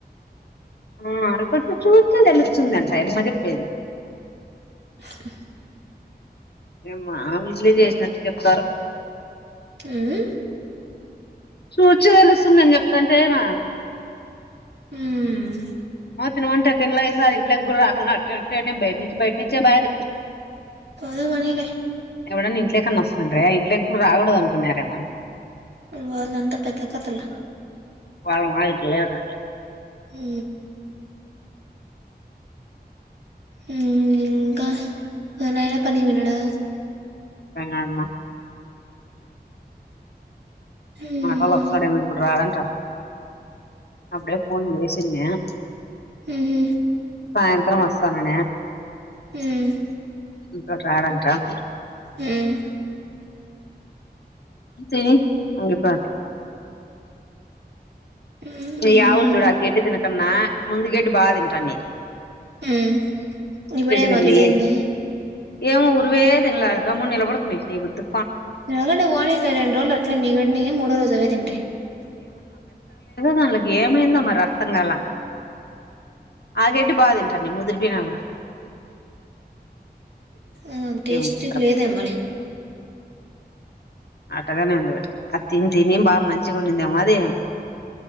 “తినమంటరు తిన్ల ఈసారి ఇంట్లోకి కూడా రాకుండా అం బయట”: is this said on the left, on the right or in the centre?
Left